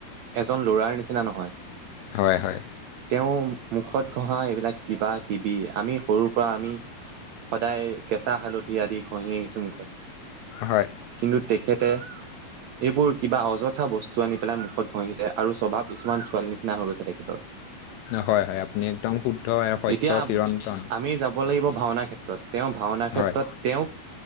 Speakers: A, on the right (about 80°); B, on the left (about 80°).
A: এজন ল'ৰাৰ নিচিনা নহয়।
B: হয়, হয়।
A: তেওঁ মুখত ঘঁহা, এইবিলাক কিবা, কিবি আমি সৰুৰ পৰা আমি সদায় কেঁচা হালধি আদি ঘঁহি আহিছোঁ মুখত,
B: হয়
A: কিন্তু খেতে এইবোৰ কিবা অযথা বস্তু, আনি পেলাই মুখত ঘঁহি যায় আৰু স্বভাৱ কিছুমান ছোৱালীৰ নিচিনা হৈ গৈছে তেখেতৰ।
B: হয়, হয় আপুনি একদম। সত্য
A: এতিয়া
B: চিৰন্তন
A: আমি যাব লাগিব ভাওনা ক্ষেত্ৰত, তেওঁ ভাওনা ক্ষেত্ৰত
B: হয়
A: তেওঁক